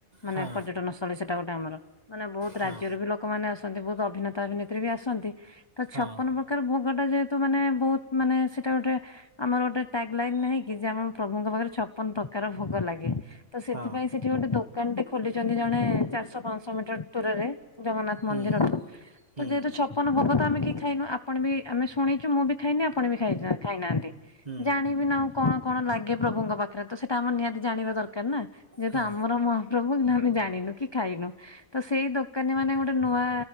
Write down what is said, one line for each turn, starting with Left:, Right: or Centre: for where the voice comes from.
Left: ମାନେ
Right: ହଁ
Left: ପର୍ଯ୍ୟଟନ ସ୍ଥଳୀ ସେଟା ଗୋଟେ ଆମର। ମାନେ ବହୁତ
Right: ହଁ
Left: ରାଜ୍ୟରୁ ବି ଲୋକମାନେ ଆସନ୍ତି, ବହୁତ ଅଭିନେତା ଅଭିନେତ୍ରୀ ବି ଆସନ୍ତି ତ
Right: ହଁ
Left: ଛପନ ଭୋ ତାର ଭୋଗ ଟା ଯେହେତୁ ମାନେ ବହୁତ ମାନେ ସେଟା ଗୋଟେ ଆମର ଗୋଟେ ଟାଗ ଲାଇନ ନାହିଁକି! ଯେ ଆମ ପ୍ରଭୁଙ୍କ ପାଖରେ ଛପନ ପ୍ରକାର ଭୋଗ ଲାଗେ। ତ ସେଥିପାଇଁ
Right: ହଁ
Left: ସେଠି ଗୋଟେ ଦୋକାନ ଟେ ଖୋଲିଛନ୍ତି ଜଣେ ଚାରିଶହ ପାଞ୍ଚଶହ ମିଟର ଦୂରରେ। ଜଗନ୍ନାଥ
Right: ହୁଁ
Left: ମନ୍ଦିରଠୁ,
Right: ହୁଁ
Left: ତ ଯେହେତୁ ଛପନ ଭୋଗ ତ ଆମେ କେହି ଖାଇନୁ ଆପଣ ବି ଆମେ ଶୁଣିଛୁ ମୁଁ ବି ଖାଇନି ଆପଣ ବି ଖାଇ ଚ ଖାଇ ନାହାନ୍ତି।
Right: ହୁଁ
Left: ଜାଣିବି ନାଁଉ କଣ କଣ ଲାଗେ ପ୍ରଭୁଙ୍କ ପାଖରେ ତ ସେଇଟା ଆମର ନିହାତି ଜାଣିବା ଦରକାର ନା? ଯେହେତୁ
Right: ହଁ
Left: ଆମର ମ ପ୍ରଭୁ ଆମେ ଜାଣିନୁ କି ଖାଇନୁ, ତ ସେଇ ଦୋକାନରେ ମାନେ ଗୋଟେ ନୂଆ